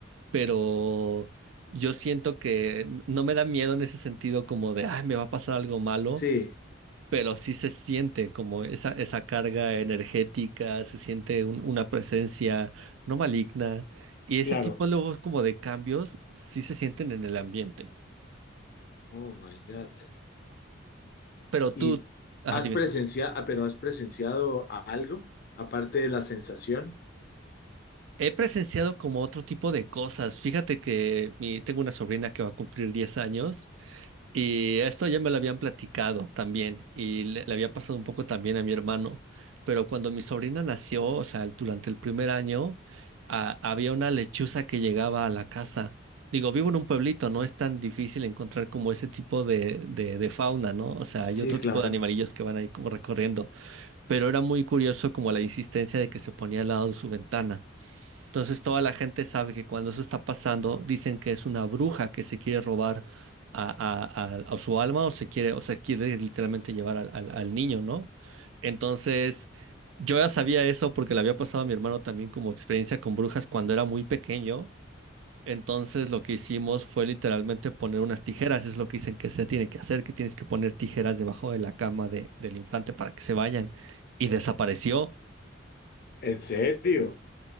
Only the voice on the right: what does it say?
pero yo siento que n- no me da miedo en ese sentido como de, ay, me va a pasar algo malo,
pero sí se siente como esa, esa carga energética, se siente un- una presencia no maligna y ese
tipo luego como de cambios sí se sienten en el ambiente.
Pero
tú, ajá,
He presenciado como otro tipo de cosas. Fíjate que mi, tengo una sobrina que va a cumplir 10 años y esto ya me lo habían platicado también y le, le había pasado un poco también a mi hermano. Pero cuando mi sobrina nació, o sea, el- durante el primer año, a- había una lechuza que llegaba a la casa. Digo, vivo en un pueblito, no es tan difícil encontrar como ese tipo de, de, de fauna, ¿no? O sea, hay
otro
tipo de animalillos que van ahí como recorriendo. Pero era muy curioso como la insistencia de que se ponía al lado de su ventana. Entonces toda la gente sabe que cuando eso está pasando, dicen que es una bruja que se quiere robar a, a- a- a su alma o se quiere, o se quiere literalmente llevar al, al- al niño, ¿no? Entonces yo ya sabía eso porque le había pasado a mi hermano también como experiencia con brujas cuando era muy pequeño. Entonces lo que hicimos fue literalmente poner unas tijeras, es lo que dicen que se tiene que hacer, que tienes que poner tijeras debajo de la cama de- del infante para que se vayan. Y desapareció.